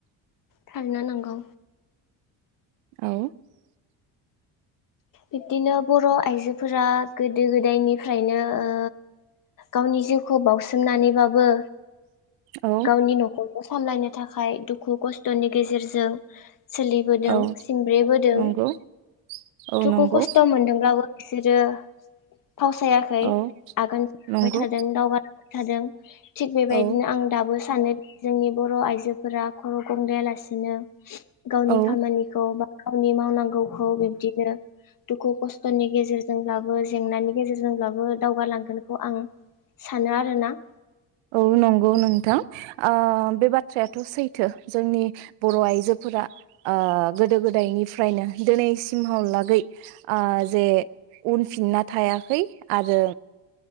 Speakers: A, on the left (about 50°); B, on the right (about 80°).
A: थारैनो नंगौ
B: औ
A: बिब्दिनो बर' आइजोफोरा गोदो गोदायनिफ्रायनो ओ गावनि जिउखौ बावसोमनानैबाबो
B: औ
A: गावनि न'खर सामलायनो थाखाय दुखु खस्थ'नि गेजेरजों सोलिबोदों
B: औ
A: सिमब्रेबोदों
B: नंगौ औ
A: दुखु
B: नंगौ
A: खस्थ' मोनदोंब्लाबो बिसोरो फावसायाखै
B: औ
A: आगोन सुरबाय
B: नंगौ
A: थादों दावगा थादों थिग बेबायदिनो
B: औ
A: आं दाबो सानो जोंनि बर' आइजोफोरा खर' गंलायालासिनो गावनि
B: औ
A: खामानिखौ बा गावनि मावनांगौखौ बिब्दि दुखु खस्थ'नि गेजेरजोंब्लाबो जेंनानि गेजेरजोंब्लाबो दावगालांगोनखौ आं सानो आरोना
B: औ नंगौ नोंथां ओ बे बाथ्रायाथ' सैथो जोंनि बर' आइजोफोरा गोदो गोदायनिफ्रायनो दिनैसिमहालागै ओ जे उनफिनना थायाखै आरो